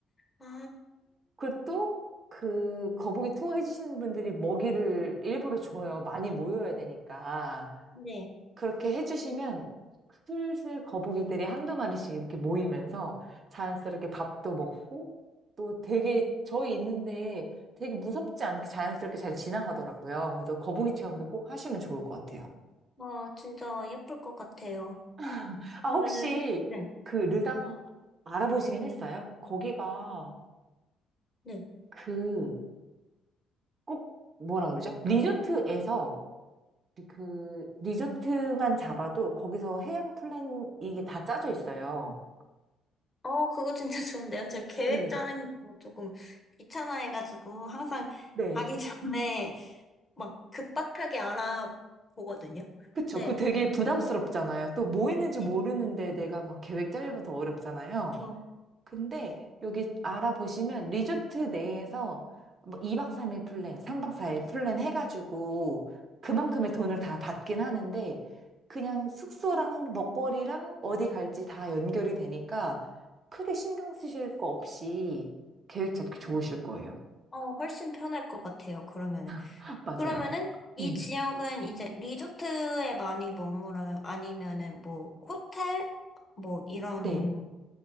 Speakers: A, on the left; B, on the right.
A: 아,
B: 그또 그 거북이 투어 해주시는 분들이 먹이를 일부러 줘요. 많이 모여야 되니까.
A: 네.
B: 그렇게 해주시면 슬슬 거북이들이 한두 마리씩 이렇게 모이면서 자연스럽게 밥도 먹고 또 되게 저희 있는데 되게 무섭지 않게 자연스럽게 잘 지나가더라고요. 그래서 거북이 체험도 꼭 하시면 좋을 것 같아요.
A: 와, 진짜 예쁠 것 같아요.
B: <laughs> 아,
A: 그러면은,
B: 혹시
A: 혹- 네.
B: 그 르당 알아보시긴 했어요? 거기가
A: 네.
B: 그 꼭 뭐라 그러죠? 리조트에서 그 리조트만 잡아도 거기서 해양 플랜 이게 다 짜져 있어요.
A: 어, 그거 진짜 <laughs> 좋은데요? 저 계획
B: 네.
A: 짜는 거 조금 귀찮아해가지고 항상
B: 네.
A: 가기 <laughs> 전에 막 급박하게 알아보거든요.
B: 그쵸.
A: 네.
B: 그거 되게 부담스럽잖아요. 또 뭐 있는지
A: 네.
B: 모르는데 내가 막 계획 짜려면 더 어렵잖아요.
A: 저,
B: 근데 여기 알아보시면 리조트 내에서 뭐 2박 3일 플랜, 3박 4일 플랜 해가지고 그만큼의 돈을 다 받긴 하는데 그냥 숙소랑
A: 음,
B: 먹거리랑 어디 갈지 다 연결이 되니까 크게 신경 쓰실 거 없이 계획 잡기 좋으실
A: 네.
B: 거예요.
A: 어, 훨씬 편할 것 같아요, 그러면은.
B: <laughs> 맞아요.
A: 그러면은 이
B: 음,
A: 지역은 이제 리조트에 많이 머물어요? 아니면은 뭐 호텔? 뭐 이런
B: 네.